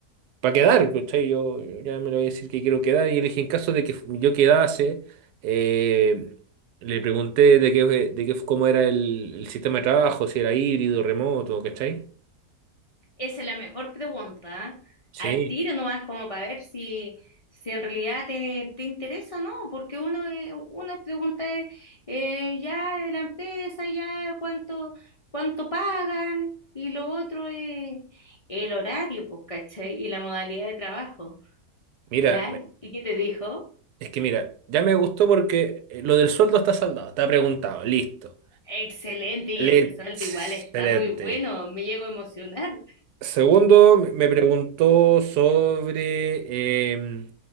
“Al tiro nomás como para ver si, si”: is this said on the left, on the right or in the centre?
Left